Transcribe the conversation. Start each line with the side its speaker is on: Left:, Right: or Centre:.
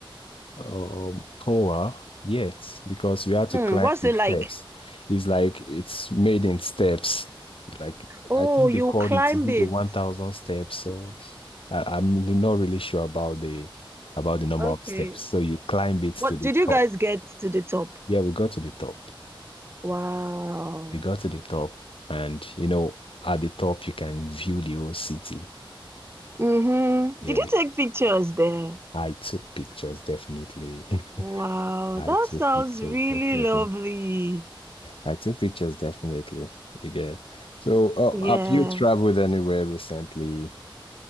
Left: um, Tower, yes, because we had to
Right: Hmm.
Left: climb
Right: What's
Left: the
Right: it
Left: steps.
Right: like?
Left: It's like it's made in steps. Like
Right: Oh,
Left: I think
Right: you
Left: they called
Right: climb
Left: it, is it
Right: it.
Left: the 1,000 steps? So I, I'm not really sure about the about the number
Right: Okay.
Left: of steps. So you climb it to
Right: What
Left: the
Right: did you
Left: top.
Right: guys get to the top?
Left: Yeah, we got to the top.
Right: Wow.
Left: We got to the top, and you know, at the top you can view the whole city.
Right: Mm-hmm.
Left: Yes,
Right: Did you take pictures there?
Left: I took pictures definitely. <laughs>
Right: Wow,
Left: I
Right: that
Left: took
Right: sounds
Left: pictures
Right: really
Left: definitely.
Right: lovely.
Left: I take pictures definitely. You get. So, uh,
Right: Yeah.
Left: have you traveled anywhere recently?